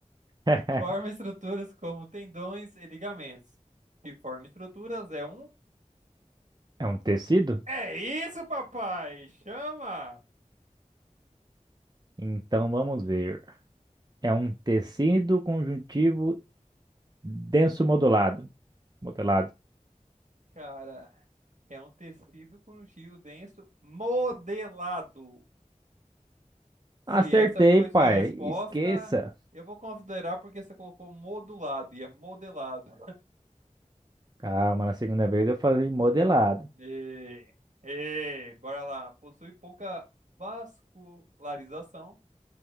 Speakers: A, on the right (about 30°); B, on the right (about 65°).
A: <laughs>
B: Forma estruturas como tendões e ligamentos. Que forma estruturas é um.
A: É um tecido?
B: É isso, papai! Chama!
A: Então vamos ver. É um tecido conjuntivo denso modulado. Modelado.
B: Cara, é um tecido conjuntivo denso modelado. Se
A: Acertei,
B: essa foi
A: pai.
B: sua resposta,
A: Esqueça.
B: eu vou considerar porque você colocou modulado e é modelado.
A: Calma, na segunda vez eu falei modelado.
B: E, e bora lá. Possui pouca vascularização